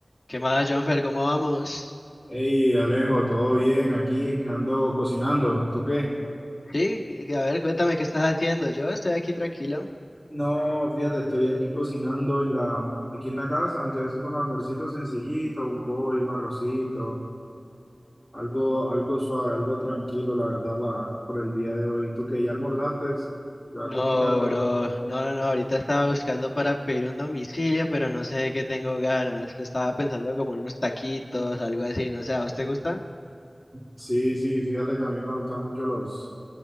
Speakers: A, on the left; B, in the centre.
A: ¿Qué más, Jonfer? ¿Cómo vamos?
B: Hey, Alejo, todo bien aquí, ando cocinando. ¿Tú qué?
A: Sí, que- a ver, cuéntame qué estás haciendo. Yo estoy aquí tranquilo.
B: No, fíjate, estoy aquí cocinando en la, aquí en la casa, me estoy haciendo un almuercito sencillito, un pollo, un arrocito, algo, algo suave, algo tranquilo, la verdad, pa- por el día de hoy. ¿Tú qué? ¿Ya almorzaste? ¿Ya
A: No,
B: comiste algo?
A: bro.
B: o Nada.
A: No, no, no. Ahorita estaba buscando para pedir un domicilio, pero no sé de qué tengo ganas. Estaba pensando como en unos taquitos, algo así. No sé, ¿a vos te gustan?
B: Sí, sí, fíjate que a mí me gustan mucho los,